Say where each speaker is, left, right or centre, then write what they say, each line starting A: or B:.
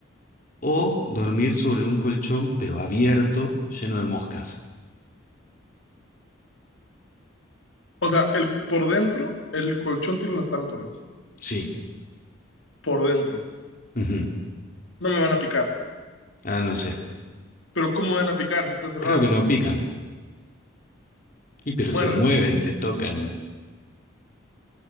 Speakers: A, on the left (about 40°); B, on the left (about 70°).
A: o dormir sobre un colchón pero abierto, lleno de moscas.
B: O sea, el, por dentro, el colchón tiene las tarántulas.
A: Sí,
B: Por dentro.
A: ujú.
B: No me van a picar.
A: Ah, no sé,
B: Pero ¿cómo me van a picar si está cerrado?
A: creo que no pican, y pero
B: O muerden.
A: se mueven, te tocan.